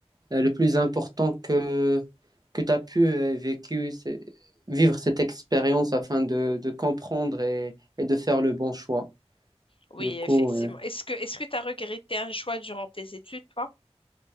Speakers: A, on the right; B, on the left.
A: euh, le plus important que, que tu as pu euh, vécu, c'est- vivre cette expérience afin de, de comprendre et, et de faire le bon choix.
B: Oui,
A: Du coup,
B: effectivement.
A: euh,
B: Est-ce que, est-ce que tu as regretté un choix durant tes études, toi?